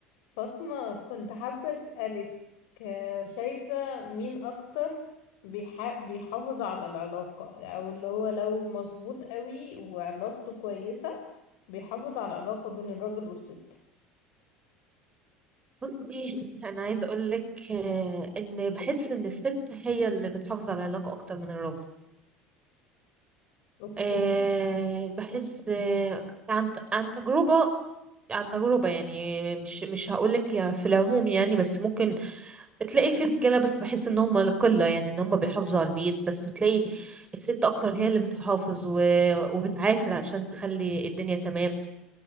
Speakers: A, on the left (about 70°); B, on the right (about 25°).
A: فاطمة كنت حابة أسألك آه، شايفة مين أكتر بيح- بيحافظ على العلاقة أو اللي هو لو مظبوط قوي وعلاقته كويسة بيحافظ على العلاقة بين الراجل والست
B: بصي انا عايزه اقول لك ان بحس ان الست هي اللي بتحافظ على العلاقه اكتر من الراجل
A: أوكي
B: آه، بحس آه، عن عن تجربه عن تجربه يعني مش مش هقول لك في العموم يعني بس ممكن تلاقي في رجاله بس بحس ان هم القله يعني ان هم بيحافظوا على البيت بس بتلاقي الست اكتر هي اللي بتحافظ و... وبتعافر عشان تخلي الدنيا تمام